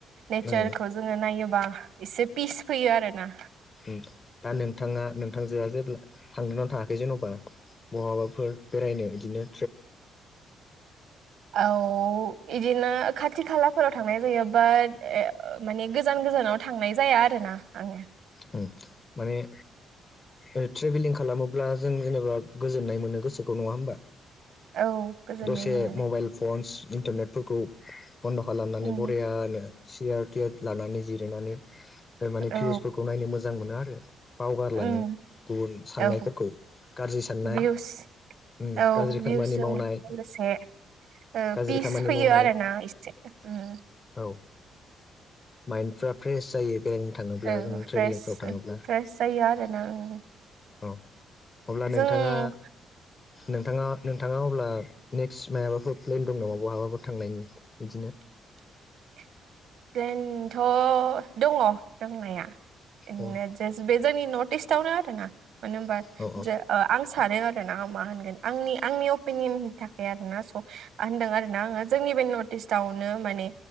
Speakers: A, on the right; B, on the left.
A: नेचारखौ
B: ओ
A: जोङो नायोबा एसे पिस फैयो आरोना
B: उम दा नोंथाङा नोंथांजोआ जे थांनानै थाङाखै जेन'बा बहाबाफोर बेरायनो बिदिनो
A: औ इदिनो खाथि खालाफोराव थांनाय जायो बाद एह ओ माने गोजान गोजानाव थांनाय जाया आरो ना ना आङो
B: उम माने ओ ट्रेभेलिं खालामोब्ला जों जेनेबा गोजोननाय मोनो गोसोखौ नङा होमबा
A: औ गोजोननाय
B: दसे
A: मोनो दा
B: मबाइल फन्स इन्टारनेटफोरखौ बन्द' खालामनानै
A: उम
B: बरेयानो सियार थियार लानानै जिरायनानैमाने
A: औ
B: फिउस मोजां मोनो आरो बावगारलाङो
A: उम
B: गुबुन साननायफोरखौ
A: औ
B: गाज्रि साननाय
A: भिउस
B: उम
A: औ
B: गाज्रि
A: भिउसजों
B: खामानि मावनाय
A: लोगोसे ओ
B: गाज्रि
A: पिस
B: खामानि
A: फैयो
B: मावनाय
A: आरोना इससे उम
B: औ माइन्डफ्रा फ्रेश जायो बेन ब्ला
A: औ
B: जों ट्रेभेलिंफ्राव
A: फ्रेस
B: थाङोब्ला
A: फ्रेस जायो आरोना उम
B: औ अब्ला नोंथाङा
A: जों ओरैनोथ'
B: नोंथाङा नोंथाङा अब्ला नेक्स्ट मायाबाफोर प्लेन दं नामा बहाबाफोर थांनायनि बिदिनो
A: <unintelligible> प्लेनथ' दङ दंनाया इननो
B: औ
A: जास्ट बे जोंनि नर्थ- टिस्टआवनो आरोना मानो होमबा
B: औ औ
A: जो ओ आं थारो आरोना मा होनगोन आंनि आंनि अपिनियननि थाखाय आरोना स होनदों आरोना आङो जोंनि बे नर्थइस्टावनो माने